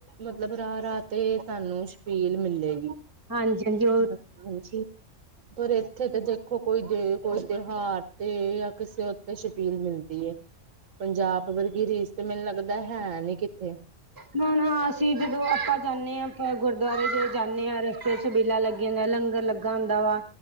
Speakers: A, on the right; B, on the right.
A: ਮਤਲਬ ਰਾਹ ਰਾਹ ਤੇ ਤੁਹਾਨੂੰ ਛਬੀਲ ਮਿਲੇਗੀ।
B: ਹਾਂਜੀ ਹਾਂਜੀ,
A: ਹਾਂ ਹਾਂਜੀ, ਪਰ ਇੱਥੇ ਤੇ ਦੇਖੋ ਕੋਈ ਜੇ ਕੋਈ ਤਿਉਹਾਰ ਤੇ ਜਾਂ ਕਿਸੇ। ਤੇ ਸ਼ਪੀਲ ਮਿਲਦੀ ਏ ਪੰਜਾਬ ਵਰਗੀ ਰੀਸ ਤੇ ਮੈਨੂੰ ਲੱਗਦਾ ਹੈ ਨੀ ਕਿੱਥੇ।
B: ਨਾ ਨਾ ਅਸੀਂ ਜਦੋਂ ਆਪਾਂ ਜਾਂਦੇ ਹਾਂ ਆਪ ਗੁਰਦੁਆਰੇ ਜ ਜਾਂਦੇ ਹਾਂ ਰਸਤੇ ਚ। ਛਬੀਲਾ ਲੱਗੀਆਂ ਹੁੰਦੀਆਂ ਲੰਗਰ ਲੱਗਾ ਹੁੰਦਾ ਵਾ